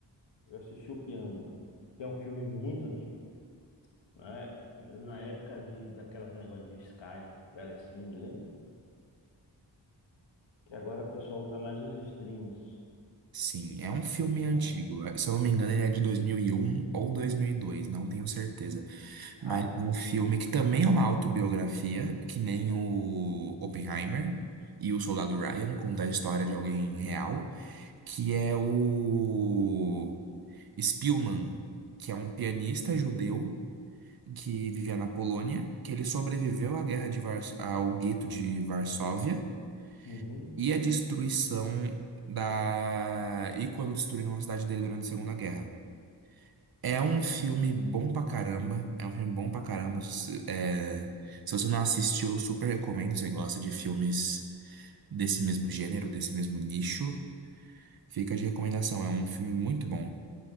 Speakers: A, on the left; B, on the right.
A: Eu assisti o Piano, que é um filme muito antigo, né? Na época de daquelas negócio de Sky, Telecine, lembra? Que agora o pessoal usa mais os streams.
B: Sim, é um filme antigo.
A: Na época.
B: é, Se eu não me engano, ele é de 2001 ou 2002, não tenho certeza. Mas
A: Ah,
B: é um filme que também é uma autobiografia, que nem o Oppenheimer e o Soldado Ryan, conta a história de alguém real, que é o Spielman, que é um pianista judeu que vivia na Polônia, que ele sobreviveu à guerra de Vars- ao gueto de Varsóvia
A: uhum.
B: e à destruição da e quando destruíram a cidade dele durante a Segunda Guerra. É um filme bom pra caramba. É um filme bom pra caramba. Se, você- é, se você não assistiu, eu super recomendo. Se Você gosta de filmes desse mesmo gênero, desse mesmo nicho, fica de recomendação. É um filme muito bom.